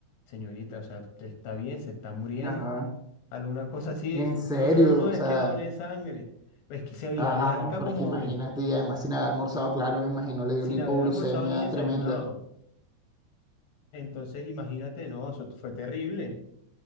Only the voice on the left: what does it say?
señorita, o sea, usted está bien, se está muriendo,
alguna cosa así.
Dijo, no, no, no,
es
que doné sangre. Es que se veía
blanca
como
sin
haber almorzado ni desayunado.
Entonces, imagínate, no, eso fue terrible.